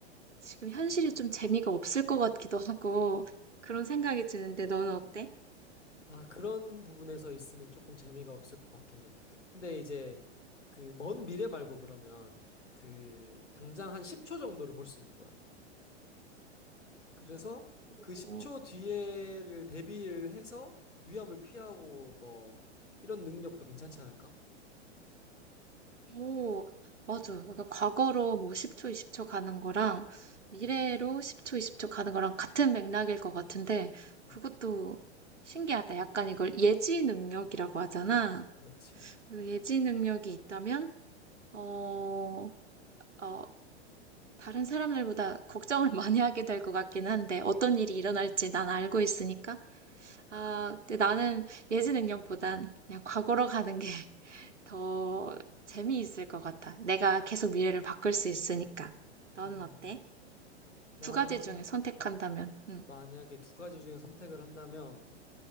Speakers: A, on the right; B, on the left.
A: 지금 현실이 좀 재미가 없을 것 같기도 하고 그런 생각이 드는데 너는 어때?
B: 아, 그런 부분에서 있으면 조금 재미가 없을 것 같긴 해. 근데 이제 그 먼 미래 말고 그러면 그 당장 한 10초 정도를 볼 수 있는 거야. 그래서
A: 오,
B: 그 10초 뒤에를 대비를 해서 위험을 피하고 뭐 이런 능력도 괜찮지 않을까?
A: 오, 맞아. 약간 과거로 뭐 10초, 20초 가는 거랑 미래로
B: 음,
A: 10초, 20초 가는 거랑 같은 맥락일 것 같은데
B: 음,
A: 그것도 신기하다. 약간 이걸 예지 능력이라고 하잖아.
B: 그렇지.
A: 그 예지 능력이 있다면 어, 어, 다른 사람들보다 걱정을 <laughs> 많이 하게 될 것 같긴 한데 어떤 일이 일어날지 난 알고 있으니까 아, 근데 나는 예지능력보단 그냥 과거로 가는 게 <laughs> 더 재미있을 것 같아. 내가 계속 미래를 바꿀 수 있으니까. 너는
B: 음,
A: 어때?
B: 나
A: 두 가지 중에 선택한다면, 응.
B: 만약에 두 가지 중에 선택을 한다면